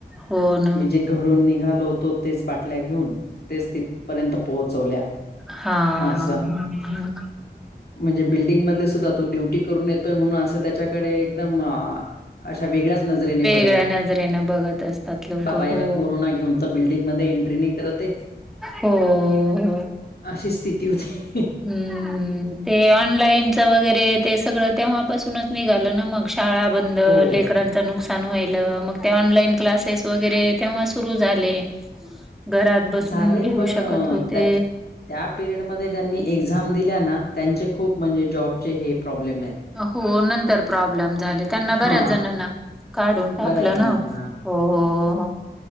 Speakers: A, in the centre; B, on the left (about 65°).
A: हो ना.
B: म्ही जे घरून निघालो होतो तेच बाटल्या घेऊन तेच तिथपर्यंत पोहोचवल्या
A: हा
B: अस
A: हा हा
B: म्हणजे बिल्डिंग मध सुद्धा तू ड्यु ून येतोय म्हणून अस त्याच्याकडे एकदम अशा वेगळ्याच नजरेने बघ
A: नजरे बत असतात. लोक
B: बाबा
A: हो
B: याला कोरोना घेऊन तर बिल्डिंगमध्येध्ये एंट्री नाही करतच
A: हो हो.
B: अशी स्थिती होती
A: हम्म ते ऑनलाईनच वगैरे ते सगळं तेव्हा. पासूनच निघालं ना मग शाळा बंद
B: हो
A: लेकर. नुकसान व्हायलं मग ते ऑनलाईन क्लासेस वगैरे तेव्हा सुरू झाले. घरात बसून
B: झाले
A: घेऊ
B: पण
A: शकत
B: अ,
A: होते.
B: त्याच त्या पिरियडमध्येध्ये ज्यांनी एक्झाम दिल्या ना त्यांचे खूप म्हणजे जॉबचे हे प्रॉब्लेम आहेत
A: हो नंतर प्रॉब्लेम झाले त्यांना
B: हा
A: बऱ्याच जणांना. काढून टाकलं
B: बऱ्याच जणांना
A: ना हो